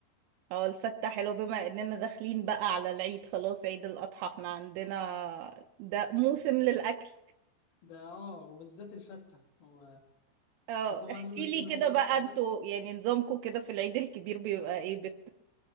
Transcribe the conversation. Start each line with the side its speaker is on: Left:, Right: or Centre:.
Right: هو الفتة حلو بما اننا داخلين بقى على العيد خلاص عيد الاضحى احنا عندنا ده موسم للاكل
Left: ده اه وبالذات الفته و...
Right: اه
Left: وطبعا
Right: احكي
Left: يوم
Right: لي
Left: يوم عيد
Right: كده
Left: الاضحى
Right: بقى انتوا
Left: ده
Right: يعني نظامكم كده في العيد الكبير بيبقى ايه بت